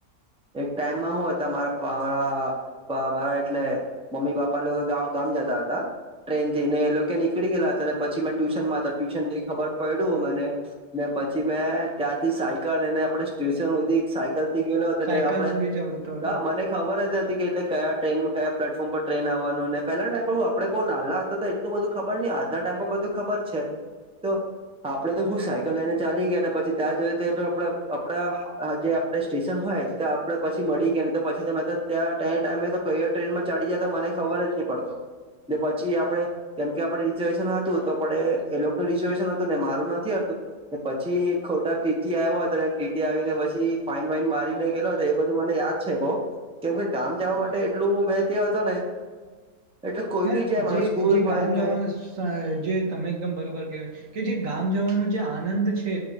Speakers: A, in the centre; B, on the right (about 55°).
A: એક ટાઈમમાં હું ત મારા મારા એટલે મમ્મી પપ્પા લોકો ગ ગામ જતા હતા ટ્રેન થી ને એ લોકો નીકળી ગયલા હતા અને પછી મેં ટ્યુશન માં હતા ટ્યુશન થી ખબર પડ્યું મને ને પછી મેં ત્યાંથી સાયકલ એને આપડે સ્ટેશન સુધી સાયકલ થી ગેલો ને
B: સાયકલ
A: આપડણે
B: સુધી જતો હતો
A: હા મને ખબર જ નથી કે એટલે કયા ટ્રેનમાં કયા પ્લેટફોર્મ પર ટ્રેન આવવાનું અને પેલા ટ પર હું આપણે બહુ નાલા હતા બધું ખબર નહ આજના ટાઈમ પર બધું ખબર છે તો હા આપડે તો હું સાયકલ લઈને ચાલી ગયા ને પછી ત્યાં જોઈએ ત આપ આપડા જે આપડ સ્ટેશન હોય ત્યાં આપડ પછી મળી ગયા ને તો પછી તમે તો ત્યાં ટાઈમે તો કઈ ટ્રેનમાં ચાડી જાય તો મને ખબર જ નહી પડતો લે પછી આપણે કેમ કે આપણે રિઝર્વેશન હતું તો પણે એ લોકોનું રિઝર્વેશન હતું ને મારું નથી હતું પછી ખોટા ટીટી આવ્યા હતા ટીટી આવીને પછી ફાઈન વાઈન મારીને લો હતો એ બધું મને યાદ છે બઉ કેમ કે ગામ જવા માટે એટલું મેં તે હતો ને <unintelligible> એટલે કોઈ
B: હે
A: બી જાય મારો
B: જે
A: સ્કૂલ
B: જે
A: હોય
B: ગામ
A: કઈ
B: જવાનું જે તમે એકદમ બરોબર ક કે જે ગામ જવાનું જે આનંદ છે